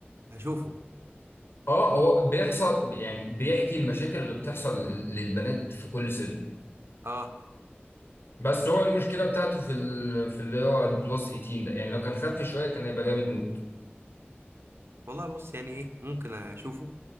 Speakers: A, on the right; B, on the left.
A: هشوفه
B: اه هو بيحصل يعني بيحكي المشاكل اللي بتحصل لل- للبنات في كل سن
A: اه
B: بس هو المشكله بتاعته في ال... في اللي هو البلس 18 ده يعني لو كان خف شويه كان هيبقى جامد موت
A: والله بص يعني ايه ممكن اشوفه